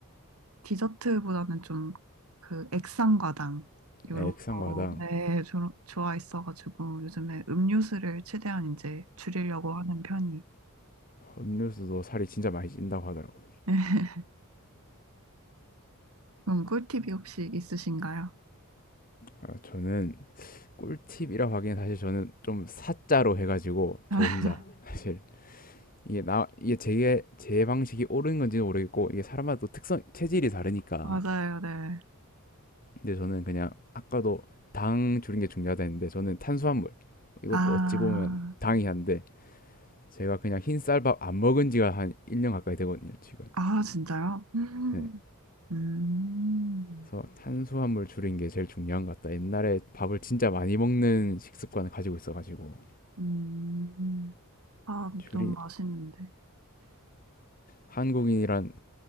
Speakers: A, on the right; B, on the left.
A: 디저트보다는 좀 그 액상과당 요런
B: 네, 액상과당,
A: 거 네, 조- 좋아했어가지고 요즘에 음료수를 최대한 이제 줄이려고 하는 편이.
B: 음료수도 살이 진짜 많이 찐다고 하더라고요.
A: <laughs> 그럼 꿀팁이 혹시 있으신가요?
B: 아, 저는 꿀팁이라고 하기엔 사실 저는 좀 사자로 해가지고 저
A: <laughs>
B: 혼자 사실 이게 나 이게 제, 제 방식이 옳은 건지는 모르겠고 이게 사람마다 또 특성 체질이 다르니까
A: 맞아요, 네.
B: 근데 저는 그냥 아까도 당 줄인 게 중요하다 했는데 저는 탄수화물 이것도
A: 아,
B: 어찌 보면 당이 한데 제가 그냥 흰쌀밥 안 먹은 지가 한 1년 가까이 되거든요 지금
A: 아, 진짜요? 음,
B: 네.
A: 음,
B: 그래서 탄수화물 줄인 게 제일 중요한 것 같다 옛날에 밥을 진짜 많이 먹는 식습관을 가지고 있어가지고
A: 음. 아,
B: 줄인
A: 너무 맛있는데.
B: 한국인이란